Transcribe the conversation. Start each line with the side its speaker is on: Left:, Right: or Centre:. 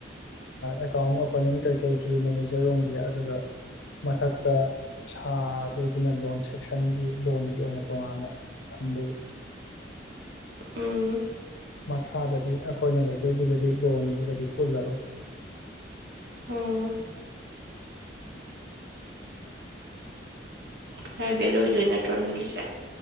Left: ꯑꯦꯀꯥꯎꯟ ꯑꯣꯄꯅꯤꯡ ꯀꯩ ꯀꯩꯒꯤ ꯃꯦꯅꯦꯖꯔ ꯔꯣꯝꯒꯤ ꯑꯗꯨꯒ ꯃꯊꯛꯇ ꯁꯥꯗꯣꯏꯗꯨꯅ ꯂꯣꯟ ꯁꯦꯛꯁꯟꯒꯤ ꯂꯣꯟꯒꯤ ꯑꯣꯏꯅ ꯇꯣꯉꯥꯟꯅ ꯊꯟꯗꯔ
Right: ꯎꯝ
Left: ꯃꯈꯥꯗꯗꯤ ꯑꯩꯈꯣꯏꯅ ꯂꯩꯗꯣꯏꯗꯨꯗꯗꯤ ꯂꯣꯟꯒꯤꯒꯗꯤ ꯄꯨꯜꯂꯔꯣꯏ
Right: ꯑꯣꯥ ꯄ꯭ꯔꯥꯏ ꯕꯦꯜꯠ ꯑꯣꯏꯗꯣꯏ ꯅꯠꯇ꯭ꯔꯣ ꯅꯣꯏꯒꯤꯁꯦ